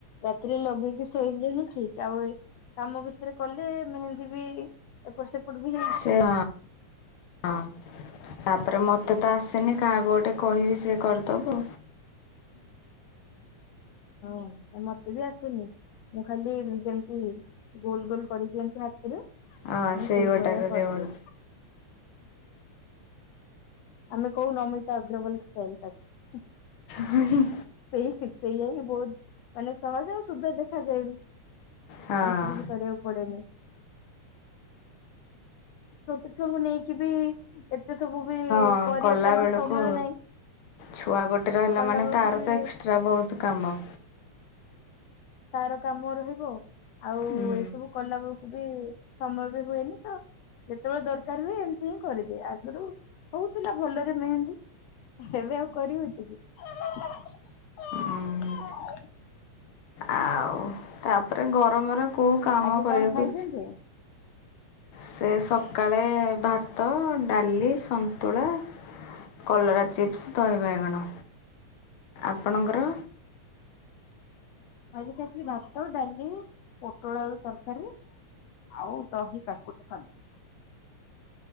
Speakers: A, on the left (about 75°); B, on the left (about 60°).
A: ରାତିରେ ଲଗେଇକି ଶୋଇଲେ ହିଁ ଠିକ୍ ଆଉ ଏଇ କାମ ଭିତରେ କଲେ ମେହେନ୍ଦୀ ବି ଏପଟ ସେପଟ ବି ହେ
B: ସେ ହଁ। ହଁ ତାପରେ ମତେ ତ ଆସେନି କାହାକୁ ଗୋଟେ କହିବି ସେ କର୍ ଦବ।
A: ହଁ ମତେ ବି ଆସେନି ମୁଁ ଖାଲି ଏମ ଯେମତି ଗୋଲ ଗୋଲ କରିଦିଅନ୍ତି ହାତରେ
B: ହଁ
A: ମୁଁ
B: ସେଇ
A: ସେଇଭଳିଆ
B: ଗୋଟାକ କେବଳ
A: କର୍ ଦିଏ। ଆମେ କଉ ନମିତା ଅଗ୍ରୱାଲ ଷ୍ଟାଇଲ କାଟୁ
B: ହୁଁ ହୁଁ।
A: ସେଇ ସେଇଆହି ବହୁତ୍ ମାନେ ସହଜ ଆଉ ସୁନ୍ଦର ଦେଖାଯାଏ ବି।
B: ହଁ
A: ବେଶି କିଛି କରିବାକୁ ପଡେନି। ଛୋଟ ଛୁଆଙ୍କୁ ନେଇକି ବି ଏତେ ସବୁ ବି
B: ହଁ
A: କରିବା
B: କଲା
A: ପାଇଁ
B: ବେଳକୁ
A: ବି ସମୟ ନାହିଁ
B: ଛୁଆ ଗୋଟେ ରହିଲା
A: କଲା
B: ମାନେ
A: ବେଳକୁ
B: ତାର
A: ବି
B: ତ ଏକ୍ସଟ୍ରା ବହୁତ ତ କାମ।
A: ତାର କାମ ରହିବ ଆଉ
B: ହୁଁ।
A: ଏସବୁ କଲା ବେଳକୁ ବି ସମୟ ବି ହୁଏନି ତ ଯେତେବେଳେ ଦରକାର ହୁଏ ଏମିତି ହିଁ କରିଦିଏ ଆଗରୁ ହଉଥିଲା ଭଲରେ ମେହେନ୍ଦୀ ଏବେ ଆଉ କରି ହଉଛି କି। <inaudible>
B: ଉଁ ଆଉ ତାପରେ ଗରମରେ କୋଉ କାମ
A: ଆଜି
B: କରିବାକୁ
A: କଣ ଖାଇଛନ୍ତି?
B: ଇଚ୍ଛା ସେ ସକାଳେ ଭାତ ଡାଲି ସନ୍ତୁଳା କଲରା ଚିପ୍ ଚିପ୍ସ ଦହି ବାଇଗଣ ଆପଣଙ୍କର?
A: ମୁଁ ଆଜି ଖାଇଥିଲି ଭାତ ଡାଲି ପୋଟଳଆଳୁ ତରକାରୀ ଆଉ ଦହି କାକୁଡି ସାଲୁଟ